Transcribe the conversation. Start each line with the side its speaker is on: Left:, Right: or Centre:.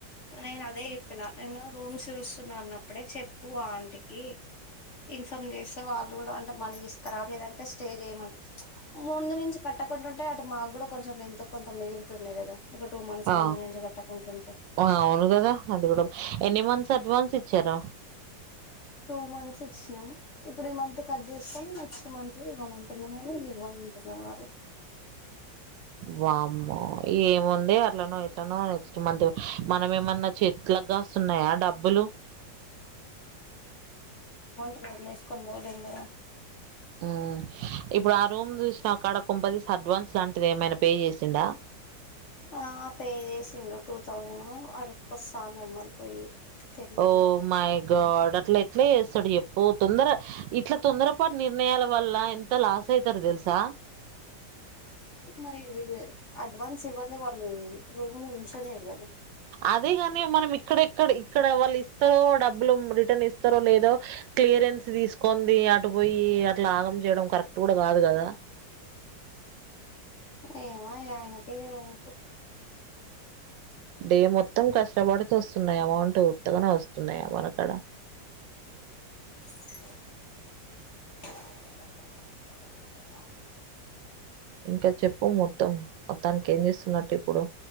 Left: నేను అదే చెప్పినా నేను రూమ్ చూస్తున్నా అన్నప్పుడే చెప్పు ఆంటికి ఇన్ఫార్మ్ చేస్తే వాళ్ళు కూడా అంటే మనకి ఇస్తారా లేదంటే స్టే చేయమంట ముందు నుంచి కట్టకుండాంటే అటు మాకు కూడా కొంచెం ఎంతో కొంత మిలుతుండే కదా ఇక టూ మంత్స్
Right: ఆ!
Left: ముందు నుంచి కట్టకుండాంటాయి
Right: అవును అది ఎని మంతస్ అడ్వాన్స్ చ్చార
Left: టూ మంత్స్ ఇచ్చినాం ఇప్పుడు ఈ మంత్ కట్ చేసుకని నెక్స్ట్ మంత్ ఇవ్వమంటున్న వాారు ఇది ఇవ్వమంటున్నారు వారు
Right: వామ్మో ఏముంది అట్లనో ఎట్లనో నెక్స్ట్ మంత్ మనం ఏమన్నా చెట్లకుగా వస్తున్నాయా డబ్బులు
Left: మల ఇస్కొ పోోల్ంద
Right: ఊ.. ఇప్పుడు ఆ రూమ్ జూసి అ క్కడ కొంపదీసి అడ్వాన్స్ లాంటిది ఏమైనా పే జెసిండా
Left: ఆ పే చేసిండు టూ థౌజనూ అడుక్కోస్త అన్నాడు మరిపోయి తెలివదు
Right: ఓ
Left: ఇగ
Right: మై గాడ్ గట్ల ఎట్ అట్నే జెస్తడు జెప్పు తొందర ఇట్లా తొందర ప్పటి నిర్ణయాల వల్ల ఎంత లాస్ అయితరు దెలుసా
Left: మరి అడ్వాన్స్ ఇవ్వంది వాళ్ళు రూమ్ ఉంచనియరు గదా
Right: అదేగాని మనమి ఇక్కడెక్కడ ఇక్కడ వాళ్ళు డబ్బులు రిటర్న్ ఇస్త స్తారో లేదో క్లియరెన్స్ తీసుకొంది అటు పోయి అట్లా ఆగం జెయడం కరెక్ట్ గూడ గాదు గదా <inaudible>
Left: ఏమో ఇగ ఆయనకే ఈయనకే
Right: డే మొత్తం కష్టపడుతూ వస్తున్నాయా అమౌంట్ ఉత్తగనే వస్తున్నాయా మనకాడ
Left: <unintelligible>
Right: ఇంకా చెప్పు మొద్ మొత్తం మొత్తానికి ఏం చేస్తున్నట్టు ఇప్పుడు